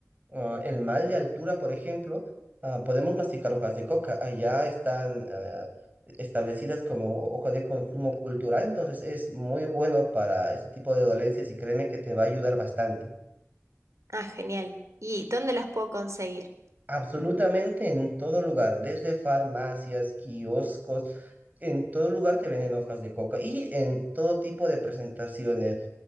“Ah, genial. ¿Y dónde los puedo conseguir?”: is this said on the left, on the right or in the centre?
Right